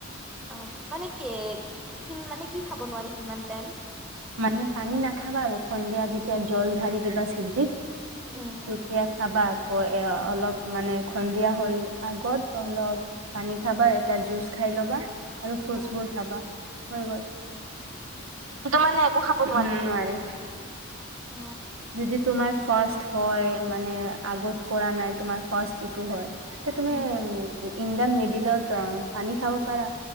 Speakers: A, in the centre; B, on the right (about 75°).
A: অ' মানে কি কি মানে, কি খাব নোৱাৰি কিমান টাইম
B: মানে পানী নাখাবা আৰু। সন্ধিয়া যেত যেতিয়া জল ঢালি দিবা যে শিৱজীক,
A: উম
B: তেতিয়া খাবা আকৌ এ অলপ মানে সন্ধিয়া হৈ আগত অলপ। পানী খাবা এটা জুচ। খাই ল'বা। আৰু ফ্ৰুটছবোৰ
A: উম
B: খাবা, হৈ গ'ল। দিনটো মানে একো খাব নোৱাৰি? উম, নোৱাৰে।
A: অ
B: যদি তোমাৰ ফাৰ্ষ্ট হয়, মানে আগত কৰা নাই তোমাৰ ফাৰ্ষ্ট ইটো হয়। তিয়া তুমি
A: উম
B: ইণ্ডা মিডি'লত পানী খাব পাৰা।